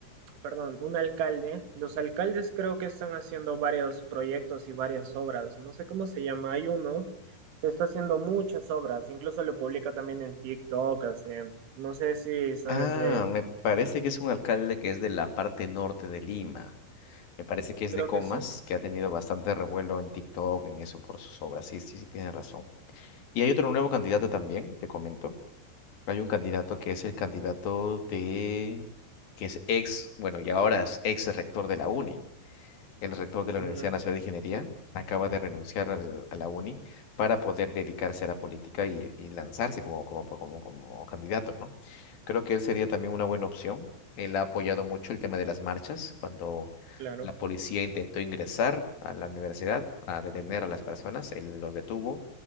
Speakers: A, on the right; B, on the left.
A: perdón, un alcalde. Los alcaldes creo que están haciendo varios proyectos y varias obras. No sé cómo se llama. Hay uno que está haciendo muchas obras. Incluso lo publica también en TikTok, así. No sé si sabes
B: Ah,
A: de él.
B: me parece que es un alcalde que es de la parte norte de Lima. Me parece que es
A: Creo
B: de Comas,
A: que sí.
B: que ha tenido bastante revuelo en TikTok, en eso, por sus obras. Sí, sí, sí, tiene razón. Y hay otro nuevo candidato también, te comento. Hay un candidato que es el candidato de, que es ex, bueno, y ahora es ex rector de la UNI. El rector de la
A: Mm,
B: Universidad Nacional de Ingeniería acaba de renunciar al- a la uni para poder dedicarse a la política y, y lanzarse como, como, como, como candidato, ¿no? Creo que él sería también una buena opción. Él ha apoyado mucho el tema de las marchas cuando
A: claro.
B: la policía intentó ingresar a la universidad a detener a las personas. Él los detuvo